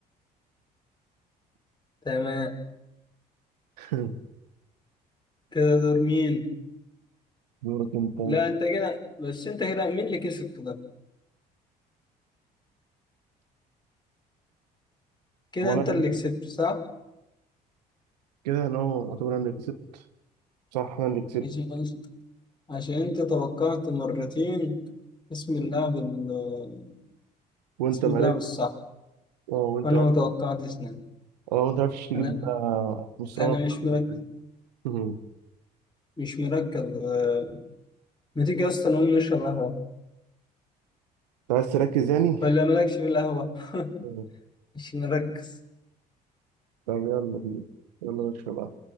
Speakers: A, on the left (about 20°); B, on the right (about 85°).
A: تمام
B: <laughs>
A: كده دور مين
B: دورك أنت
A: لا انت كده بس انت كده مين اللي كسب كده كده
B: وأنا
A: انت اللي كسبت صح؟
B: كده انا هو يعتبر انا اللي كسبت صح انا اللي كسبت
A: ماشي. عشان انت توقعت مرتين اسم اللاعب ال-
B: وانت
A: اسم
B: معرفت
A: اللاعب الصح
B: اه وانت
A: وانا
B: معرفت
A: ما توقعتش نادي
B: اه وانت معرفتش تجيب
A: انا
B: آه، مستوى
A: انا
B: أكتر.
A: مش مركز
B: مم.
A: مش مركز آه، ما تيجي اصلا نقوم نشرب قهوة
B: انت عايز تركز يعني
A: ولا مالكش في القهوة <laughs>
B: مم.
A: مش مركز
B: طب يلا بينا يلا نشرب قهوة.